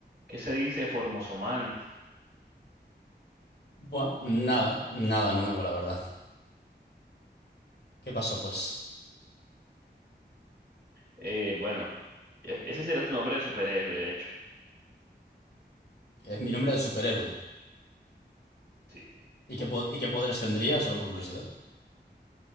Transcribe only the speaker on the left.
Bueno, nada, nada nuevo, la verdad. ¿Qué pasó, pues?
Es mi nombre de superhéroe.
¿Y qué, po- y qué poderes tendría? Solo por curiosidad.